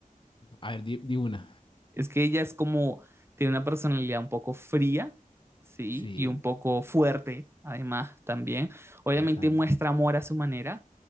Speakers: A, on the left (about 35°); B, on the right (about 15°).
A: A ver, di, di una.
B: Es que ella es como, tiene una personalidad un poco fría, ¿sí?
A: Sí,
B: Y un poco fuerte, además, también. Obviamente
A: exactamente.
B: muestra amor a su manera,